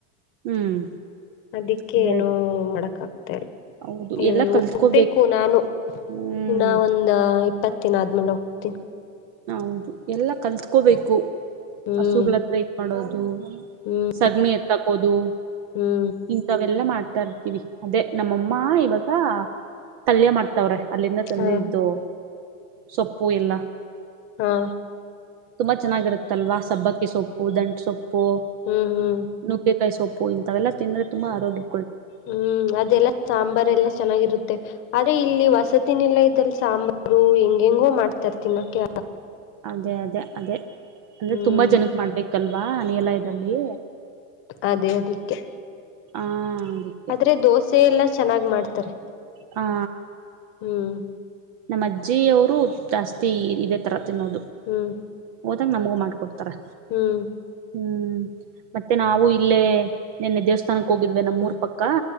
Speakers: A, on the right; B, on the left.
A: ಹ್ಮ್
B: ಅದಿಕ್ಕೆ
A: ಅದೇ
B: ಏನು
A: ಅದೇ
B: ಮಾಡಕ್ ಆಗ್ತಿಲ್ಲ
A: ಹೌದು
B: ಏ
A: ಎಲ್ಲಾ ಕಲ್ತ್ಕೋಬೇಕು
B: ಹೋಗ್ಬೇಕು ನಾನು
A: ಹ್ಮ್
B: ಇನ್ನ ಒಂದ ಇಪ್ಪತ್ ತನ್ ಆದ್ಮಡೋಗತ್ತ
A: ಹೌದು ಎಲ್ಲ ಕಲ್ತ್ಕೋಬೇಕು
B: ಹ್ಮ್
A: ಹಸುಗಳು ಇಡುಕಣೋಗಿ
B: ಹ್ಮ್
A: ಸಗಣಿ ಎತ್ತಾಕೋದು
B: ಹ್ಮ್
A: ಇಂಥವೆಲ್ಲಾ ಮಾಡ್ತ ತ ಇರ್ತೀವಿ ಅದೇ ನಮ್ಮಮ್ಮ ಇವಾಗ ತಲ್ಯ ಮಾಡ್ತ ತವ್ರೆ ಅಲ್ಲಿಂದ ತಂದ
B: ಹಾ
A: ಇದಿದ್ದು ಸೊಪ್ಪು ಎಲ್ಲ
B: ಹಾ
A: ತುಂಬಾ ಚೆನ್ನಾಗಿರುತ್ತಲ್ವಾ ಸಬ್ಬತ್ ಸೊಪ್ಪು ದಂಟು ಸೊಪ್ಪು ಪು
B: ಹ್ಮ್ ಹ್ಮ್
A: ನುಗ್ಗೆ ಕಾಯಿ ಸೊಪ್ಪು ಇಂಥವೆಲ್ಲ ತಿಂದ್ರೆ ತುಂಬ ಆರೋಗ್ಯ
B: ಹ್ಮ್ ಅದೆಲ್ಲ ಸಾಂಬಾರ್ ಎಲ್ಲಾ ಚೆನ್ನಾಗಿರುತ್ತೆ ಆದದ್ರೆ ಇಲ್ಲಿ ವಸತಿನ ಎಲ್ಲಾ ಇದ್ದಲ್ಲಿ ಸಾಂಬಾರು ಹೆಂಗ ಹೆಂಗೋ ಮಾಡ್ತರ್ ತಿನ್ನಕೆ
A: ಅದೇ ಅದೇ ಅದೇ ಅಂದ್ರೆ
B: ಹ್ಮ್
A: ತುಂಬಾ ಜನಕ್ ಮಾಡ್ಬೇಕಲ್ವಾ ಅನ ಎಲ್ಲ ಲ್ಲಿ
B: ಅದೇ ಅದಿಕ್ಕೆ
A: ಆ ಅದಕ್ಕೆ
B: ಆದ್ರೆ ದೋಸೆ ಎಲ್ಲ ಚೆನ್ನಾಗ್ ಮಾಡ್ತಾರೆ
A: ಹಾ
B: ಹ್ಮ್
A: ನಮ್ಮ ಅಜ್ಜಿಯವರು ಜಾಸ್ತಿ ಇದೆ ತರ ನ್ನೋದು
B: ಹ್ಮ್
A: ಹೋದಾಗ ನಮಗೂ ಮಾಡ್ಕ ಕೊಡ್ತಾರೆ
B: ಹ್ಮ್
A: ಹ್ಮ್ ಮತ್ತೆ ನಾವು ಇಲ್ಲೇ ನಿನ್ನೆ ದೇವಸ್ಥಾನಕ್ಕೆ ಹೋಗಿದ್ವೆ ನಮ್ಮೂರ್ ಪಕ್ಕ